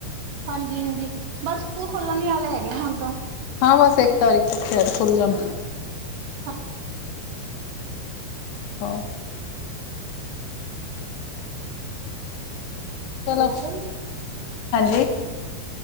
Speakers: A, on the right; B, on the left.
A: ਹਾਂਜੀ ਹਾਂਜੀ ਬਸ ਸਕੂਲ ਖੁਲਣ ਦੀ ਹੱਲ ਹੈਗੇ ਨੇ ਹੁਣ ਤਾਂ।
B: ਹਾਂ ਬਸ ਇੱਕ ਤਾਰੀਖ ਤੋਂ ਖੈਰ ਖੁੱਲ ਜਾਣ।
A: ਹਾਂਜੀ।
B: ਹ <unintelligible> ਚਲੋ
A: ਬੋਲਦਾ ਨੀ,
B: ਹਾਂਜੀ
A: ਹਾਂ